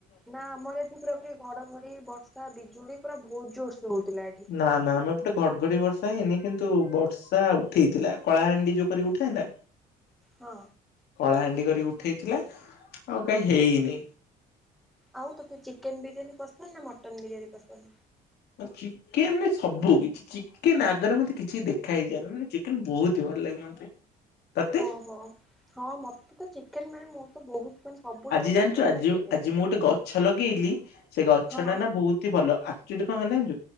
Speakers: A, in the centre; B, on the left.
A: ନା ଆମର ଏଠି ପୁରା ପୁରୀ ଘଡଘଡି ବର୍ଷା ବିଜୁଳି ପୁରା ବହୁତ ଜୋରସ ହଉଥିଲା ଏଠି।
B: ନା ନା ଆମେ ପଟେ ଘଡଘଡି ବର୍ଷା ହେଇନି କିନ୍ତୁ ବର୍ଷା ଉଠେଇଥିଲା କଳାହାଣ୍ଡି ଯଉ କର ଉଠାଏ ନା।
A: ହଁ।
B: କଳା ହାଣ୍ଡି କରିକି ଉଠେଇଥିଲା ଆଉ କାଇଁ ହେଇନି।
A: ଆଉ ତୋତେ ଚିକେନ ବିରିୟାନୀ ପସନ୍ଦ ନା ମଟନ ବିରିୟାନୀ ପସନ୍ଦ।
B: ମ ଚିକେନ ସବୁ କିଛି ଚିକେନ ଆଗରେ ମତେ କିଛି ଦେଖା ହେଇଯାଏନା ମାନେ ଚିକେନ ବହୁତ ହି ଭଲ ଲାଗେ ମତେ। ତତେ?
A: ଓହୋ ହଁ ମତେ ତ ଚିକେନ ମାନେ ମୋର ତ ବହୁତ ମାନେ ସବୁଠାରୁ
B: ଆଜି ଜାଣିଚୁ
A: ପସନ୍ଦ
B: ଆଜି
A: ହେଲା ଚିକେନ।
B: ଆଜି ମୁଁ ଗୋଟେ ଗଛ ଲଗେଇଲି, ସେ ଗଛ
A: ହଁ
B: ଟା ନା ବହୁତ ହି ଭଲ ଆକ୍ଚୁଲି କଣ ହେଲା ଜାଣିଚୁ?